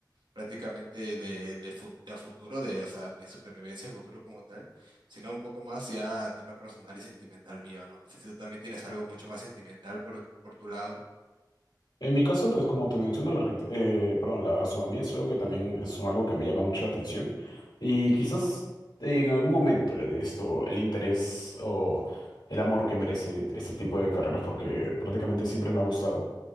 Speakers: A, on the right; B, on the left.
A: prácticamente de, de, fu- de a futuro, de, o sea, mi supervivencia a futuro como tal, sino un poco más ya tema personal y sentimental mío, ¿no? No sé si tú también tienes algo mucho más sentimental por, por tu lado.
B: en mi caso, pues como te menciono, la, arquit- eh, perdón, la gastronomía es algo que también es algo que me llama mucho la atención y quizás en algún momento le dé esto el interés o el amor que merece este tipo de carreras porque prácticamente siempre me ha
A: Ujú.
B: gustado.